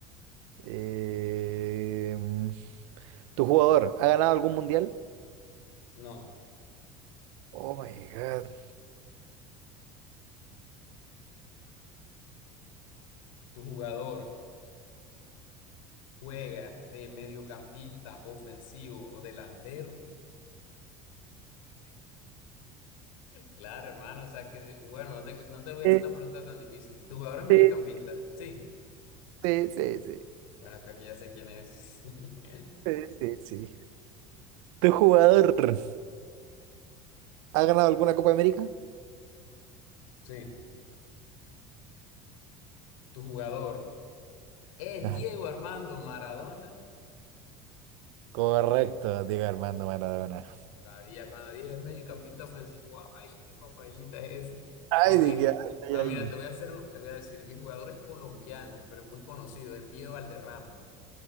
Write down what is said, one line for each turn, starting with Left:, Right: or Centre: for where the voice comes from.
Right: Eh, mm, ¿tu jugador ha ganado algún mundial?
Left: No,
Right: Oh my God.
Left: ¿tu jugador juega de mediocampista ofensivo o delantero? Claro, hermano, o sea que, bueno, no te, no te voy a
Right: Sí,
Left: hacer una pregunta tan difícil. ¿Tu jugador es mediocampista?
Right: sí,
Left: Sí.
Right: sí, sí, sí,
Left: Bueno, creo que ya sé quién es. <laughs>
Right: sí, sí, sí. ¿Tu jugador ha ganado alguna Copa América?
Left: Sí. ¿Tu jugador es
Right: No,
Left: Diego Armando Maradona?
Right: Correcto, Diego Armando Maradona.
Left: Sabía, cuando dije mediocampista ofensivo, ay, qué papayita es ese.
Right: Ay,
Left: Mami,
Right: dije, ay,
Left: bueno,
Right: ay, ay.
Left: mira, te voy a hacer, un- te voy a decir, mi jugador es colombiano, pero es muy conocido, el Pío Valderrama.